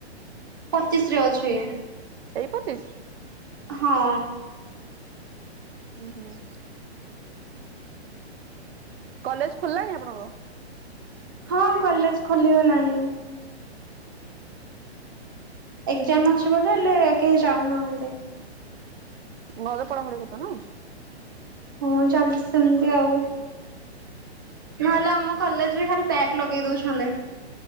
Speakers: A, on the right; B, on the right.
A: ପଚିଶ ରେ ଅଛି।
B: ଏଇ ପଚିଶ?
A: ହଁ।
B: ହୁଁ ହୁଁ। କଲେଜ ଖୋଲିଲାଣି ଆପଣଙ୍କ?
A: ହଁ କଲେଜ ଖୋଲିଗଲାଣି। ଏକ୍ଜାମ
B: ହୁଁ ହୁଁ
A: ଅଛି ଵଲେ ହେଲେ କେହି ଯାଉନାହାନ୍ତି।
B: ଘରେ ପଢାପଢି କରୁଛ ନା?
A: ହଁ ଚାଲିଛି ସେମିତି ଆଉ। ନହେଲେ ଆମ କଲେଜରେ ଖାଲି ବ୍ୟାକ ଲଗେଇ ଦଉଛନ୍ତି।